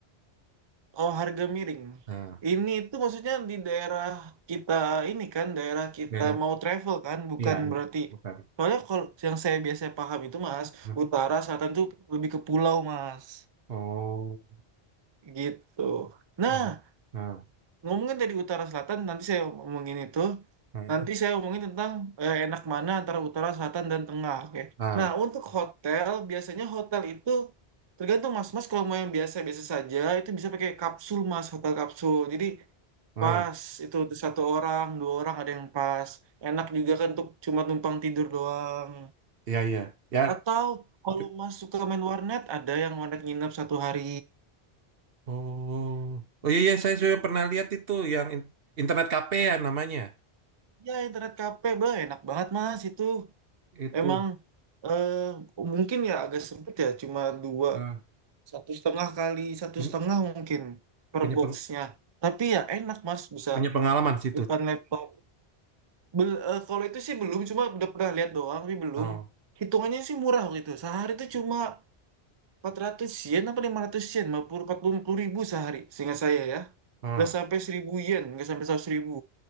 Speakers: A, on the right (about 35°); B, on the right (about 60°).
A: oh, harga miring.
B: Nah,
A: Ini itu maksudnya di daerah kita ini kan, daerah kita
B: daerah,
A: mau travel kan, bukan
B: iya, iya,
A: berarti
B: bukan.
A: Soalnya kalau yang saya biasa paham itu Mas,
B: Nah,
A: utara, selatan tuh lebih ke pulau Mas.
B: Oh,
A: Gitu. Nah,
B: baik. Nah,
A: ngomongin dari utara selatan, nanti saya ngomongin itu.
B: nah,
A: Nanti saya ngomongin tentang eh, enak mana antara utara, selatan, dan tengah. Oke.
B: nah,
A: Nah, untuk hotel, biasanya hotel itu tergantung mas. Mas kalau mau yang biasa-biasa saja, itu bisa pakai kapsul mas, hotel kapsul. Jadi
B: nah,
A: pas itu untuk satu orang, dua orang ada yang pas. Enak juga kan untuk cuma numpang tidur doang.
B: iya, iya. Ya,
A: Atau kalau
B: cu-
A: mas suka main warnet, ada yang warnet nginep satu hari.
B: oh, oh iya, iya, saya sudah pernah lihat itu yang in- internet cafe ya namanya.
A: Ya, internet kafe, bah, enak banget mas itu.
B: Itu,
A: Emang eh, mungkin ya agak sempit ya, cuma dua
B: ah,
A: satu setengah kali satu
B: punya,
A: setengah mungkin per
B: punya,
A: boxnya.
B: peng-
A: Tapi ya enak mas, bisa
B: punya pengalaman situ.
A: depan laptop. Bel- eh, kalau itu sih belum, cuma udah pernah lihat doang, tapi belum.
B: Oh,
A: Hitungannya sih murah gitu. Sehari itu cuma 400 yen apa 500 yen, empat puluh empat puluh ribu sehari, seingat saya ya.
B: ah.
A: Nggak sampai 1000 yen, nggak sampai 100 ribu.